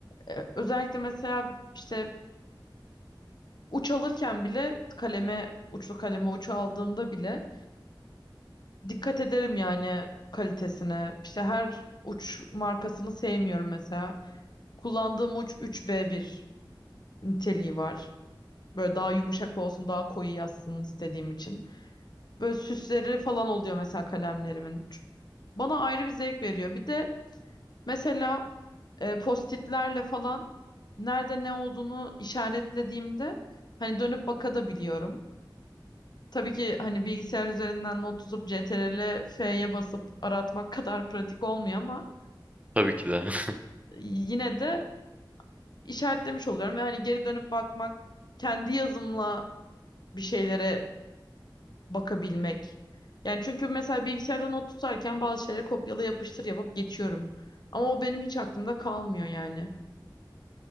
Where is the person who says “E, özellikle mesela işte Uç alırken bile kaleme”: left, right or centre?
Left